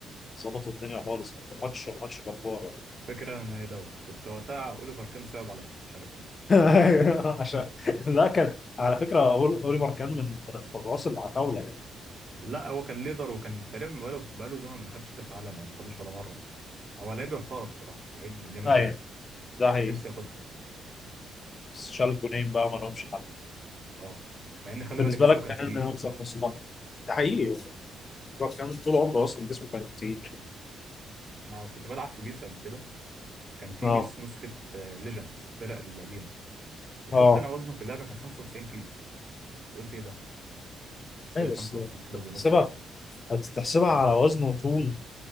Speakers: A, on the left; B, on the right.
A: فظبطوا الدنيا خالص كان ماتش ماتش جبار يعني.
B: فاكر ان هي دوت كنت وقتها اوليفر كان صعب عليا مش عارف ليه
A: أيوه، عشان لا كان على فكره أول- اوليفر كان من الحراس اللي على الطاوله يعني
B: لا هو كان ليدر وكان تقريبا بقاله بقاله زمن ما خدش كاس عالم او ما خدوش ولا مره هو لعيب يحترم بصراحه لعيب جامد
A: ايوه
B: جدا
A: ده
B: كان
A: هي
B: نفسي ياخدها
A: بس شال جونين بقى ما لهمش حل
B: اه مع ان خلي
A: بالنسبه
B: بالك جسمه
A: لك
B: كان
A: كان
B: تقيل
A: يكسب نص ملعب ده حقيقي اوليفر كان طول عمره اصلا جسمه كان كتير
B: انا كنت بلعب في بيس قبل كده كان في
A: اه
B: بيس نسخه ليجندز الفرق القديمه شفت
A: اه
B: انا وزنه في اللعبه كان 95 كيلو قلت ايه ده ازاي
A: ايوه
B: 95
A: بس
B: كيلو
A: تحسبها
B: بينط كده
A: هتحسبها على وزن وطول